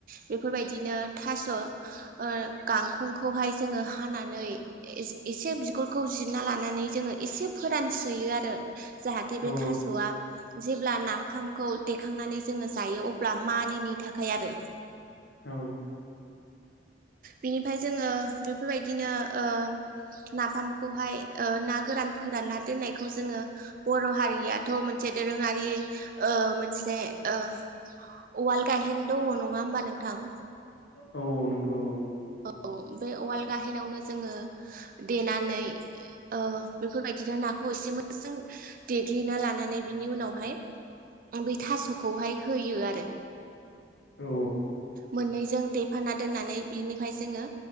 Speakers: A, on the right (about 50°); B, on the left (about 80°).
A: बेफोरबायदिनो थास ओ गां गांखंखौहाय जोङो हानानै एसे बिगुरखौ जिरना लानानै जोङो एसे फोरानस्रोयो आरो जाहाथे बे
B: औ
A: थासआ जेब्ला ना, नाफामखौ देखांनानै जोङो जायो अब्ला मानिनि थाखाय आरो
B: औ
A: बिनिफाय जोङो बेफोरबायदिनो ओ नाफामखौहाय ओ ना गोरान, फोरानना दोननायखौ जोङो बर' हारियाथ मोनसे दोरोङारि मोनसे, ओ अवाल गायहेनो दङ नङा होमबा नोंथां,
B: औ औ नोंगौ औ
A: औ बे उवाल गाहेनावनो जोङो देनानै ओ बेफोरबायदिनो नाखौ एसे मोजां देग्लिना लानानै बिनि उनावहाय बे थासखौहाय होयो आरो
B: औ
A: मोननैजों देफाना दोननानै बिनि फाय जोङो